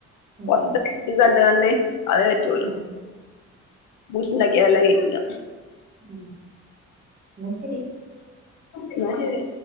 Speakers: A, on the right (about 30°); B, on the left (about 80°).
A: ഉം
B: <unintelligible> കണ്ട കാണ്ട് അത് റ്റുള്ളൂ
A: ഉം
B: വീട്ടിലുണ്ടാക്കിയെല്ലാം കൈക്കൂല
A: ഉം എന്നാ ശരി
B: എന്നാ ശരി